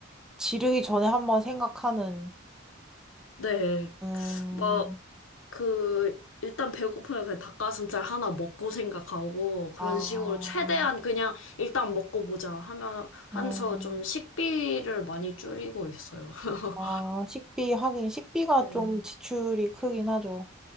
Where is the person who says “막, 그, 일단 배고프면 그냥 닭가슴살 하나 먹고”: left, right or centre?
Left